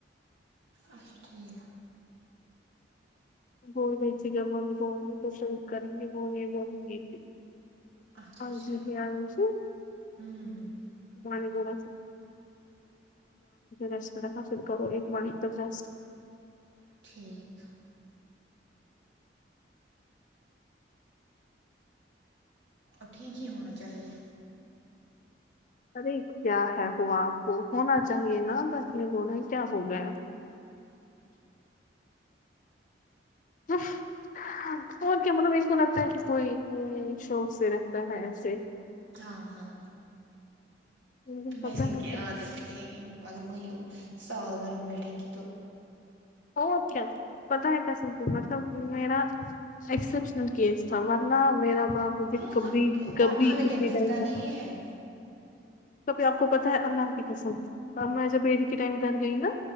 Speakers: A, on the right; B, on the left.
A: اچھا ٹھیک
B: <unintelligible> پسند کریں گی وہ یہ بولوں گی کہ
A: اچھا
B: ہاں
A: اچھا
B: جی ج آی سے
A: ہوں ہ
B: انی دون ریسٹ کرھر کرو ایک مانی ج
A: ٹھیک اب ٹھیک ہی ہونا چاہیے
B: ارے کیا ہے وہ آپ کو ہونا چاہیے نا بس یہ رونا کیا ہو گیا ہ اور کیا مطلب ان کو لگتا ہے کہ کوئی شوق سے رہتا ہے ایسے
A: ہاں ہاں
B: لیکن پتہ
A: میں سین
B: ہے
A: کے آ مگر مہی سال بھر بھی بیٹھے کہ تو
B: اور اچ کیا پتا ہے کا سم مطلب میرا ایکسپشنل کیس تھا ورنہ میرا باپج
A: ہاں
B: کبھی کبھی
A: ہمیں کیا
B: اتنے
A: دکھتا
B: ٹائم
A: نہیں
B: تک
A: ہے
B: توبھر آپ کو پتا ہے اللہ حافی کا سبھ میں جب بیڑی کے ٹائم گھر گئی نا